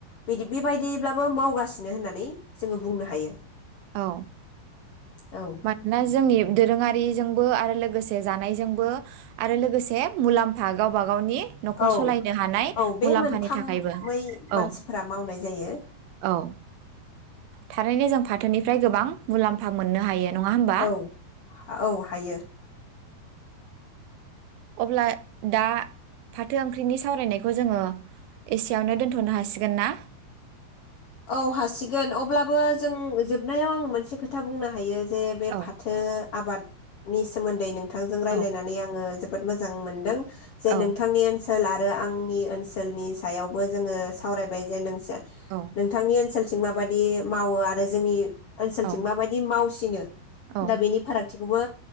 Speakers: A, on the left; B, on the right.
A: बिदि बेबायदिब्लाबो मावगासि नो होननानै जोङो बुंनो हायो।
B: औ
A: औ
B: मानोना जोंनि दोरोङारि जोंबो आरो लोगोसे जानाय जोंबो आरो लोगोसे मुलाम्फा गावबा गावनि न'खर
A: औ
B: सालायनो हानाय
A: औ बे
B: मुलाम्फानि
A: मोनथामै
B: थाखायबो औ
A: मानसिफोरा मावनाय जायो।
B: औ थारैनो जों फाथोनिफ्राय गोबां मुलाम्फा मोननो हायो। नङा होमबा
A: औ औ हायो।
B: अब्ला दा फाथो ओंख्रिनि सावरायनायखौ जोङो एसेयावनो दोनथ'नो हासिगोन ना?
A: औ हासिगोन अब्लाबो जों जोबनायाव आं मोनसे खोथा बुंनो हायो। जे बे
B: औ
A: फाथो आबाद नि सोमोन्दै नों थांजों रायलायनानै
B: औ
A: आङो जोब जोबोद मोजां मोनदों। जे
B: औ
A: नोंथांनि ओनसोला रो आंनि ओनसोलनि सायावबो जोङो सावरायबाय जे नोंसो
B: औ
A: थांनि ओनसोलथिं माबायदि मावो आरो जोंनि ओनसोलथिं
B: औ
A: माबायदि मावसिनो
B: औ
A: दा बेनि फारागथिखौबो